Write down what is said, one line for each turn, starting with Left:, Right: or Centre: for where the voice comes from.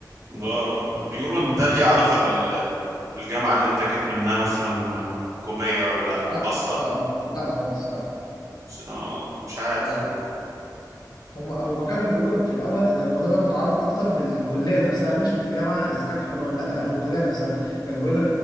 Right: آه، بيقولوا ان ده ليه علاقة بال- بالجامعة اللي انت جيت منها مثلا حكومية ولا
Left: لا
Right: خاصة
Left: لا لا لا خالص لا
Right: بس- آه، مش عارف
Left: لا لا
Right: والله
Left: هم هما كانوا بيقولوا في الاول ان الموضوع ده متعلق اكتر بالكليه نفسها مش بالجامعه اذا كانت حكومه ولا لا لا بالكليه نفسها كانوا بيقولوا